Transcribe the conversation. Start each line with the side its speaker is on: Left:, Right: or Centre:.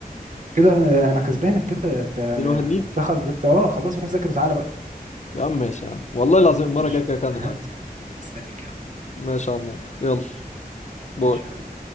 Right: كده آه، انا كسبانك كده انت آه،
Left: اتنين واحد ليك
Right: دخل انت اه خلاص روح ذاكر وتعالى بقى
Left: يا عم ماشي يا عم والله العظيم المرة
Right: ماشي
Left: الجاية كده كان
Right: <laughs>
Left: اللي هكسب
Right: مستنيك يا عم
Left: ماشي يا عمور يلا باي
Right: ماشي حبيبي